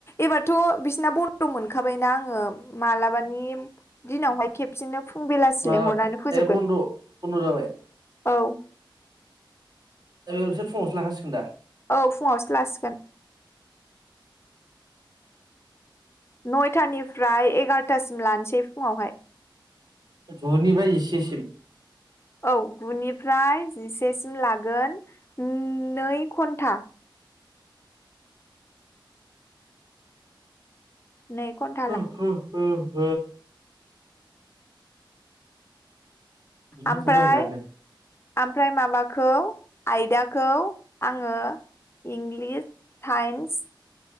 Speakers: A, on the left; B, on the right.
A: एबारथ' बिसिना बन्द' मोनखाबायना आङो मालाबानि दिनावहाय खेबसेनो फुं बेलासि
B: माला
A: लेंहरनानै फोजोबगोन
B: ए बन्द' बन्द' जाबाय
A: औ।
B: ए बेसोर फुावसो लाखासिगोन दा?
A: औ फुङावसो लासिगोन नयथानिफ्राय एगार'थासिम लानोसै फुङावहाय।
B: गु'निफ्राय जिसेसिम।
A: औ गुनिफ्राय जिसेसिम लागोन नै घन्टा। नै घन्था
B: ह ह ह ओंखारबाय
A: आमफ्राय
B: आं बिरादनो
A: ओमफ्राय माबाखौ आयदाखौ आङो इंग्लिस, साइन्स